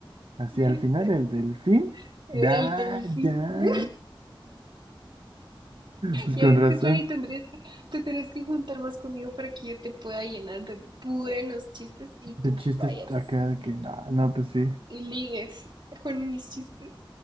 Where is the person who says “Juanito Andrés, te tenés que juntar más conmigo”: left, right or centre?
Right